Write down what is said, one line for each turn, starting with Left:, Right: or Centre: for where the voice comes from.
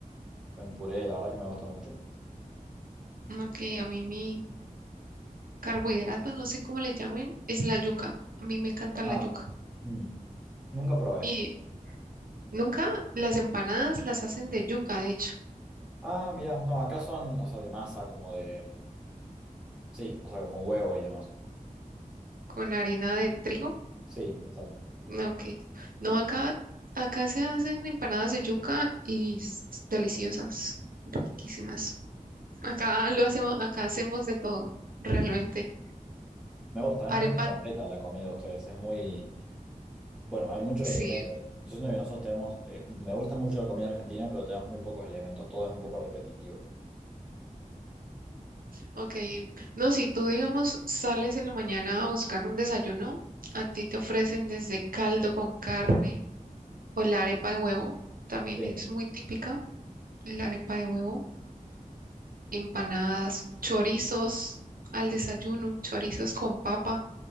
Centre: en puré, la verdad que me gusta mucho.
Right: Aunque a mí mi carbohidrato, no sé cómo le llamen, es la yuca. A mí me encanta
Centre: Ah,
Right: la yuca.
Centre: mm, nunca probé.
Right: Y nunca las empanadas las hacen de yuca, de hecho,
Centre: Ah, mirá, no, acá son, o sea, de masa, como de... Sí, o sea, con huevo y demás.
Right: con harina de trigo
Centre: Sí, exacto.
Right: Ah, Ok. No, acá, acá se hacen empanadas de yuca y s- deliciosas, riquísimas. Acá lo hacemos, acá hacemos de todo, realmente.
Centre: Me gusta, es muy
Right: Arepa,
Centre: completa la comida de ustedes, es muy... Bueno, hay muchos
Right: sí,
Centre: elementos. Yo siento que nosotros tenemos, eh, me gusta mucho la comida argentina, pero tenemos muy pocos elementos, todo es un poco repetitivo.
Right: ok. No, si tú, digamos, sales en la mañana a buscar un desayuno, a ti te ofrecen desde caldo con carne o la arepa de huevo, también
Centre: Sí,
Right: es muy típica, la arepa de huevo, empanadas, chorizos al desayuno, chorizos con papa.